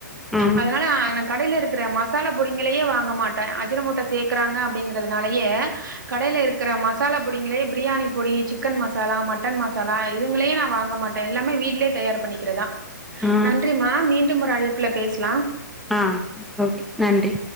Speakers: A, in the centre; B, on the right.
A: ஆ
B: அதுனால கடையில இருக் கிற மசாலா பொடிங்களையே வாங்க மாட்டேன் அஜின மோட்டோ சேர்க்கறாங்க அப்படிங்கறதுனாலயே கடையில இருக்கிற மசாலா பொடிங்களே பிரியாணி பொடி சிக்கன் மசாலா மட்டன் மசாலா இதுங்களே நான் வாங்க மாட்டேன் எல்லாமே வீட்லயே தயார் பண்ணிக்கிறதான்
A: ஆ
B: நன்றிமா மீண்டும் ஒரு அழைப் புல பேசலாம்
A: ஆ ஓகே நன்றி